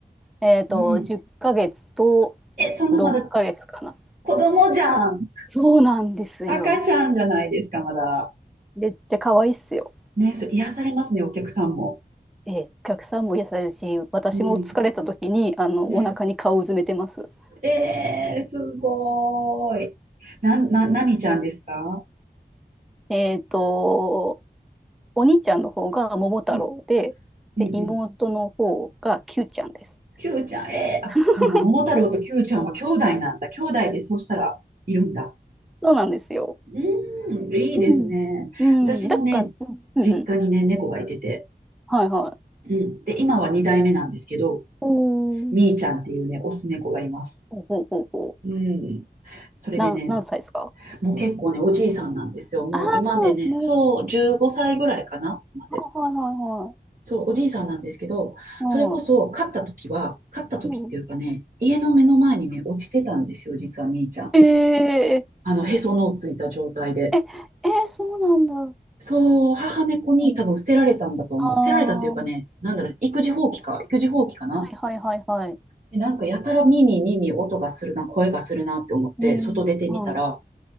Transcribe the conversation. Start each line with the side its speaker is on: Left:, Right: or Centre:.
Centre: えっと、
Right: うん。
Centre: 10ヶ月と
Right: え、そんなまだ
Centre: 6ヶ月かな。
Right: 子供じゃん。
Centre: そうなんですよ。
Right: 赤ちゃんじゃないですか、まだ。
Centre: めっちゃ可愛いっすよ。
Right: ね、そう癒されますね、お客さんも。
Centre: ええ、お客さんも癒されるし、私も疲れた時に、
Right: うん。
Centre: あの、
Right: ね。
Centre: お腹に顔をうずめてます。
Right: えー、すごーい。なん、な、何ちゃんですか
Centre: えっと、お兄ちゃんの方が桃太郎で、
Right: うん、うん、
Centre: で、
Right: うん。
Centre: 妹の方がキューちゃんです。
Right: キューちゃん、えー、あ、
Centre: <laughs>
Right: そんな、桃太郎とキューちゃんは兄弟なんだ。兄弟で、そうしたら、いるんだ。
Centre: そうなんですよ。
Right: うーん、いいですね。
Centre: うん。うん。
Right: 私もね、
Centre: だから、うん、うんうん。
Right: 実家にね、猫がいてて。
Centre: はいはい。
Right: うん。で、今は2代目なんですけど、
Centre: おー。
Right: みーちゃんっていうね、オス猫がいます。
Centre: ほうほうほうほう。
Right: うん。それでね、
Centre: なん、何歳ですか
Right: もう結構ね、おじいさんなんですよ。もう今でね、
Centre: ああー、そうなんですね。
Right: そう、
Centre: は
Right: 15歳ぐらいかな、まで。
Centre: いはいはいはい。
Right: そう、おじいさんなんですけど、
Centre: うん。
Right: それこそ、飼った時は、飼った時っていうかね、
Centre: うん。
Right: 家の目の前にね、落ちてたんですよ、実はみーちゃん。
Centre: えー
Right: あの、へその緒ついた状態で。
Centre: ええ、え、そうなんだ。
Right: そう、母猫に多分捨てられたんだと思う。
Centre: うんあ
Right: 捨てられたっていうかね、なんだろう、育児放棄か、育児放棄かな。
Centre: あ、はいはいはいはい。
Right: で、なんかやたら耳、耳、音がするな、声がするなって思って、
Centre: うん。
Right: 外出てみたら、
Centre: はい。